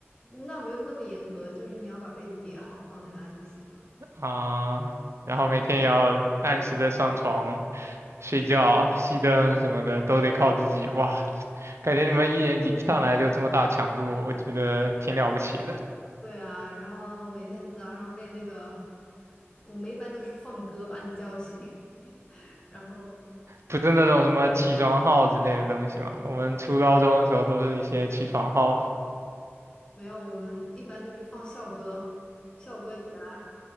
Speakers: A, on the left; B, on the right.
A: 那没有那么严格，就是你要把被子叠好放在那就行了。
B: 啊，然后每天也要按时的上床、睡觉、熄灯什么的，都得靠自己。哇，感觉你们一年级一上来就这么大强度，我觉得挺了不起的。
A: 对啊，然后每天早上被那个，我们一般都是放歌把你叫醒，<laughs> 然后
B: 不是那种什么起床号之类的东西嘛，我们初高中的时候都是一些起床号，
A: 没有，我们一般就是放校歌，校歌起来，